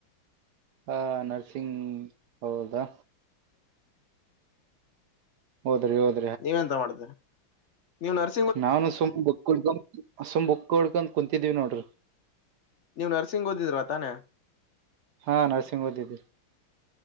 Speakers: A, on the right; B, on the left.
A: ಹ ನರ್ಸಿಂಗ್ ಹೌದಾ ಓದ್ರಿ ಓದ್
B: ನೀವೆ ಎಂತ ಮಾಡ್ತೀರ ನೀವು ನರ್ಸ
A: ನಾ ಸುಮ್ ಬಕ್ಡ್ಕೊಂಡ ಸುಮ್ ಬಕ್ಕ ಉಡ್ಕಂತ ಕುಂತಿದೀವಿ ನೋಡ್ರಿ
B: ನೀವು ನರ್ಸಿಂಗ್ ಓದಿದಿರ ತಾನೇ
A: ಹಾಂ ನರ್ಸಿಂಗ್ ಓದಿದ್ದೀರಿ